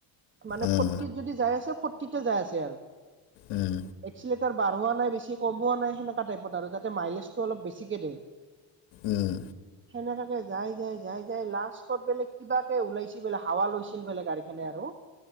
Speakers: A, on the right (about 25°); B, on the left (about 80°).
A: মানে
B: উম
A: ফৰটিত যদি যাই আছে ফৌৰটিতে যাই আছে আৰু।
B: উম
A: এইছিলে বঢ়োৱা নাই বেছি কম হোৱা নাই। আৰু যাতে মাইলেজটো অলপ বেছিকে দে।
B: উম
A: সনেকাকে যাই - যাই - যাই - যাই লাষ্টত বোলে কিবাকে ওলাইছে বোলে হাৱা লৈছিল বোলে গাড়ীখনে আৰু।